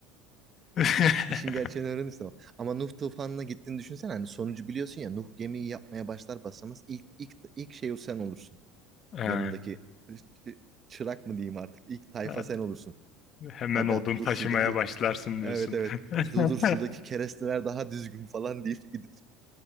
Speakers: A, on the left (about 40°); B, on the right (about 30°).
A: <laughs>
B: İşin gerçeğini öğrenirsin ama. Ama Nuh tufanına gittiğini düşünsene. Hani sonucu biliyorsun ya. Nuh gemiyi yapmaya başlar basamaz. ilk ilk, ilk şey o sen olursun.
A: Ee,
B: Yanındaki ç- çırak mı diyeyim artık. İlk tayfa
A: ee,
B: sen olursun.
A: Hemen
B: Aga
A: odun taşımaya
B: dur şuradaki
A: başlarsın
B: evet
A: diyorsun.
B: evet.
A: <laughs>
B: Dur dur şuradaki keresteler daha düzgün falan deyip gidip